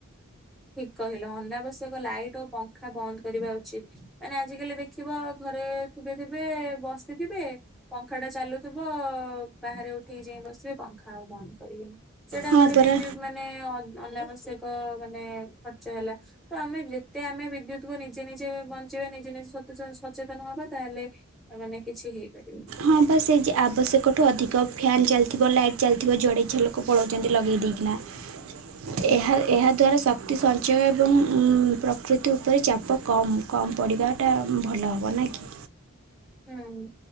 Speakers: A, in the centre; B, on the right (about 75°).
A: ଠିକ୍ କହିଲ ଅନାବଶ୍ୟକ ଲାଇଟ୍ ଓ ପଙ୍ଖା ବନ୍ଦ କରିବା ଉଚିତ୍। ମାନେ ଆଜିକାଲି ଦେଖିବ ଘରେ ଥିବେ-ଥିବେ ବସିଥିବେ ପଙ୍ଖା ଟା ଚାଲୁଥିବ ବାହାରେ ଉଠିକି ଯାଇ ବସିବେ ପଙ୍ଖା ଆଉ ବନ୍ଦ କରିବେନି। ସେଟା
B: ହଁ
A: ଗୋଟେ
B: ପରା।
A: ବିଦ୍ୟୁତ୍ ମାନେ ଅନାବଶ୍ୟକ ମାନେ ଖର୍ଚ୍ଚ ହେଲା। ତ ଆମେ ଯେତେ ଆମେ ବିଦ୍ୟୁତ୍ କୁ ନିଜେ-ନିଜେ ବଞ୍ଚେଇବା ନିଜେ-ନିଜେ ସଚେତ ସଚେତନ୍ ହବା ତାହେଲେ ତା ମାନେ କିଛି ହେଇପାରିବ।
B: ହଁ ପା ସେ ଯେ ଆବଶ୍ୟକଠୁ ଅଧିକ ଫ୍ୟାନ୍ ଚାଲିଥିବ ଲାଇଟ୍ ଚାଲିଥିବ ଜୁଆଡ଼େ ଇଚ୍ଛା ଲୋକ ପଳାଉଚନ୍ତି ଲଗେଇ ଦେଇକିନା। ଏହା-ଏହା
A: ହୁଁ
B: ଦ୍ୱାରା ଶ କ୍ତି ସଞ୍ଚୟ ଏବଂ ପ୍ରକୃତି ଉପରେ ଚାପ କମ୍-କମ୍ ପଡ଼ିବାଟା ଭଲ ହବ ନା କି?
A: ହୁଁ।